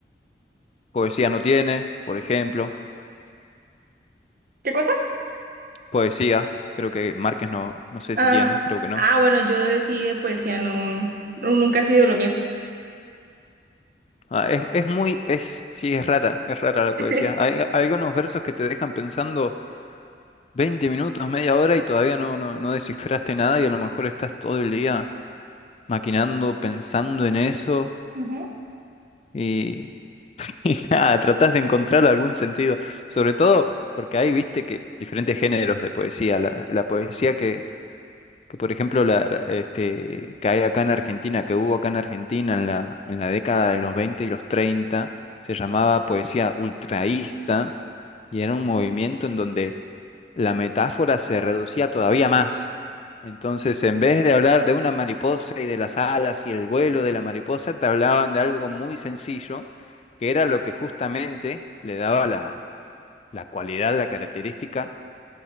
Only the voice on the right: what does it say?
¿Qué cosa?
Ah,
ah, bueno, yo sí de poesía no, no- nunca ha sido lo mío.
<laughs>
Ujú.